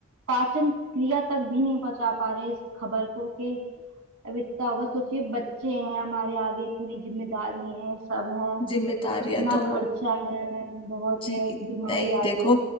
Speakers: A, on the right; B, on the left.
A: पाचन क्रिया तक भी नहीं बचा पा रहे हैं इस खबर को कि अब इतना होगा सोचिए बच्चे हैं हमारे आगे पूरी जिम्मेदारी है सब है
B: जिम्मेदारियां
A: इतना
B: तो
A: खर्चा है बहुत
B: जी
A: है बीमारी
B: नहीं देखो
A: आ गई